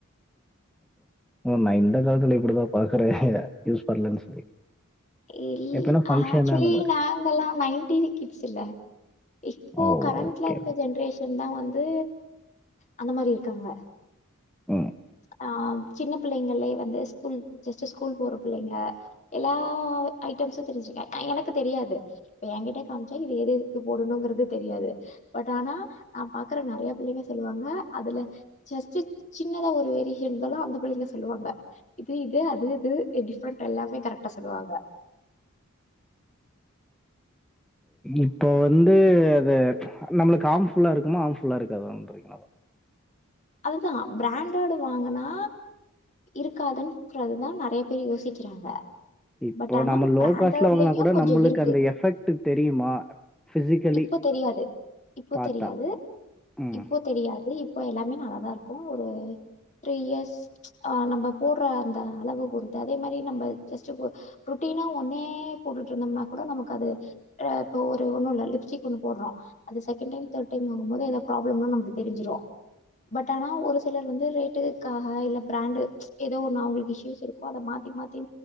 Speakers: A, in the centre; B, on the left.
A: ஓ நான் இந்த காலத்துல இப்படிதான் பாக்குறேன் யூஸ் பன்னலன்னு சொல்லி
B: இ
A: எப்பனா ஃபங்க்ஷன்
B: ஆக்சுவலி
A: அந்த மாதிரி
B: நாங்கெல்லாம் நைன்டி கிட்ஸ்ல்ல இப்போ
A: ஓ
B: கரண்ட்ல
A: ஓகே
B: இருக்க ஜென்ரேஷன் தான் வந்து அந்த மாறி இருக்காங்க
A: ம்
B: ஆ சின்ன பிள்ளைங்களலே வந்து ஸ்கூல் ஜஸ்ட் ஸ்கூல் போற பிள்ளைங்க எல்லா ஐட்டம்ஸும் தெரிஞ்சுக்குவேன் ஆ எனக்கு தெரியாது எங்கிட்ட காம்ச்சா இது எது எதுக்கு போடணுங்கிறது தெரியாது பட் ஆனா நான் பாக்குற நறைய பிள்ளைங்க சொல்லுவாங்க அதுல ஜஸ்ட்டு சின்னதா ஒரு வேரியேஷன்ஸ்ல்லாம் அந்த புள்ளைங்க சொல்லுவாங்க இது இது அது அது டிப்ரெண்ட் எல்லாமே கரெக்ட்டா சொல்லுவாங்க
A: இப்போ வந்து அது நம்மளுக்கு ஹாம்ஃபுல்லா இருக்குமா ஹாம்ஃபுல்லா இருக்காதா ன்றீங்களா
B: அதுதான் பிராண்டடு வாங்கனா இருக்காதுன்றது தான் நெறைய பேர் யோசிக்கிறாங்க
A: இப்போ
B: பட் ஆனா
A: நம்ம லோ
B: பிராண்டட்லயும்
A: காஸ்ட்ல வாங்னா கூட
B: கொஞ்சம்
A: நம்மளுக்கு
B: இருக்கு
A: அந்த எஃபெக்ட் தெரியுமா பிசிக்கலி
B: இப்போ தெரியாது இப்போ
A: பார்த்தா
B: தெரியாது
A: ம்
B: இப்போ தெரியாது இப்போ எல்லாமே நல்லாதா இருக்கும் ஒரு த்ரீ இயர்ஸ் ஆ நம்ப போடுற அந்த அளவு பொறுத்து அதே மாதிரி நம்ம ஜஸ்ட்டு ரொட்டீனா ஒன்னே போட்டுட்டு இருந்தோம்னா கூட நமக்கு அது இப்ப ஒரு ஒன்னும் இல்ல லிப்ஸ்டிக் ஒண்ணு போடுறோம் அது செகண்ட் டைம் தேர்ட் டைம் வாங்கும்போது எத பராப்ளம்னா நமக்கு தெரிஞ்சுரும் பட் ஆனா ஒரு சிலர் வந்து ரேட்டுக்காக இல்ல பிராண்டு ஏதோ ஒன்னு அவங்களுக்கு இஷ்யூஸ் இருக்கோ அத மாத்தி மாத்தி